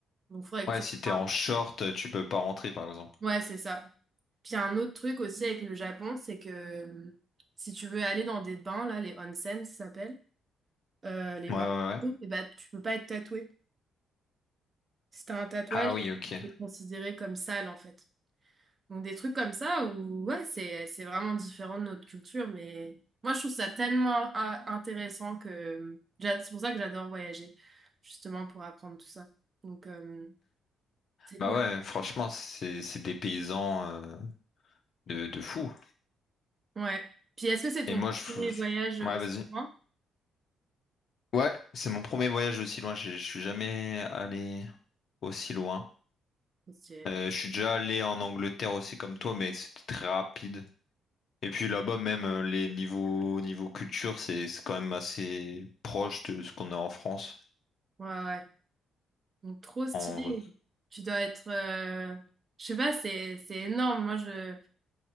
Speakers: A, on the right; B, on the left.
A: Donc, il faudrait
B: Ouais,
A: que tu
B: si
A: regardes.
B: t'es en short, tu peux pas rentrer, par exemple.
A: Ouais, c'est ça. Puis, il y a un autre truc aussi avec le Japon, c'est que euh, si tu veux aller dans des bains, là, les onsen, ça s'appelle, euh, les
B: Ouais,
A: bains,
B: ouais, ouais.
A: et bah, tu peux pas être tatoué. Si t'as un tatouage,
B: Ah oui, ok.
A: c'est considéré comme sale, en fait. Donc des trucs comme ça où ouais, c'est c'est vraiment différent de notre culture, mais moi je trouve ça tellement a- intéressant que j'a- c'est pour ça que j'adore voyager, justement pour apprendre tout ça. Donc euh, c'est
B: Bah
A: cool.
B: ouais, franchement, c'est c'est des paysans euh, de, de fou.
A: Ouais. Puis est-ce que c'est ton
B: Et moi, je...
A: premier
B: je-
A: voyage
B: Ouais,
A: aussi
B: vas-y.
A: loin?
B: Ouais, c'est mon premier voyage aussi loin. Je je suis jamais allé aussi loin.
A: Trop stylé.
B: Euh, je suis déjà allé en Angleterre aussi comme toi, mais c'était très rapide. Et puis là-bas, même euh, les niveaux niveau culture, c'est c'est quand même assez proche de ce qu'on a en France.
A: Ouais, ouais. Donc trop stylé.
B: En vrai.
A: Tu dois être euh, je sais pas, c'est c'est énorme. Moi je